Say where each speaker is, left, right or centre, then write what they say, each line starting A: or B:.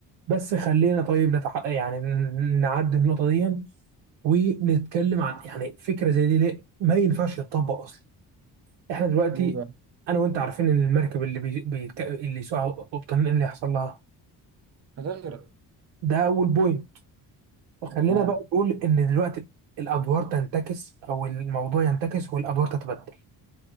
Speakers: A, on the right (about 75°); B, on the right (about 40°).
A: بس خلينا طيب نتع... يعني ن- نعدي النقطه دي ونتكلم عن يعني فكره زي دي ليه ما ينفعش تطبق اصلا احنا دلوقتي
B: ليه بقى؟
A: انا وانت عارفين ان المركب اللي بي... بيتك... اللي سوقها قبطان اللي هيحصل لها
B: هتغرق
A: ده اول بوينت
B: تمام
A: خلينا بقى نقول ان دلوقتي الادوار تنتكس او الموضوع ينتكس والادوار تتبدل